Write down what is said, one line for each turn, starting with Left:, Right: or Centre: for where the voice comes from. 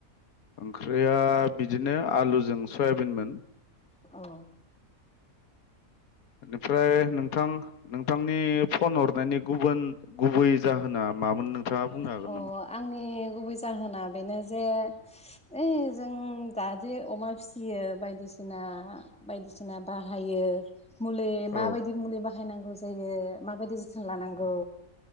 Left: ओंख्रिया बिदिनो आलुजों सयाबिनमोन
Centre: औ
Left: बेनिफ्राय नों नोंथां नोंथांनि फन हरनायनि गुबुन गुबै जाहोना मामोन नोंथाङा बुंनो हागोन
Centre: अ
Left: नामा
Centre: आंनि गुबै जाहोना बेनो जे ओइ जों दादे अमा फिसियो बायदिसिना बायदिसिना बाहायो मुलि
Left: औ
Centre: मा बायदि मुलि बाहायो बाहायनांगौ जायो माबायदि जोथोन लानांगौ